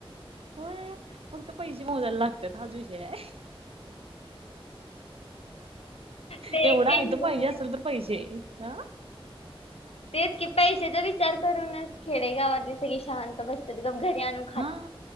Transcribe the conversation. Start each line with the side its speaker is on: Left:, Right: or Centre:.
Right: होय,, फक्त पैसे मोजायला लागतात,, हाज विषय आहे.
Left: ते
Right: एवढं
Left: एक
Right: आयतं
Left: टेन्शन
Right: पाहिजे असेल तर पैसेे ह,,
Left: तेच की पैशाचा विचार करूनच खेडेगावातली सगळी शांत बसतात ग घरी आणनु
Right: हा